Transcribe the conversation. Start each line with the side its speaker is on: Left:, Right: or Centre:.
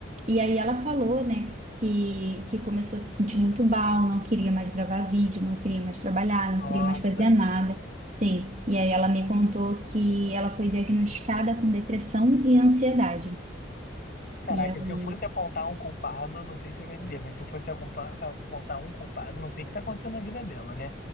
Right: e aí ela falou, né, que, que começou a se sentir muito mal, não queria mais gravar vídeo, não queria mais trabalhar, não
Left: Nossa.
Right: queria mais fazer nada. Sim, e aí ela me contou que ela foi diagnosticada com depressão e ansiedade.
Left: Caraca,
Right: E aí
Left: se eu fosse apontar um culpado, não sei se eu ia dizer, mas se eu fosse acompa- apontar um culpado, não sei o que tá acontecendo na vida dela, né?